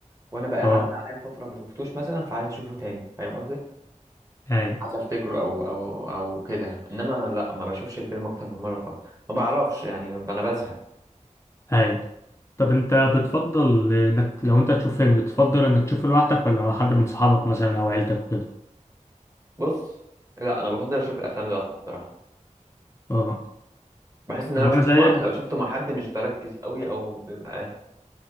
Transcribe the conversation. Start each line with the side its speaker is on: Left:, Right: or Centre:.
Right: وانا بقى عدى
Left: اه
Right: عليا فتره ما شفتوش مثلا فعايز اشوفه تاني فاهم قصدي
Left: اي
Right: عايز افتكره او او او كده يعني. انما لا ما بشوفش الفيلم اكتر من مره خالص ما بعرفش يعني انا بزهق
Left: اي طب انت بتفضل انك لو انت تشوف فيلم بتفضل انك تشوفه لوحدك ولا مع حد من صحابك مثلا او عيلتك وكده
Right: بص لا انا بفضل اشوف الافلام لوحدي الصراحه
Left: اه
Right: بحس ان انا
Left: هو
Right: لو شفته
Left: انا زيك
Right: مع لو شفته مع حد مش بركز قوي او بيبقى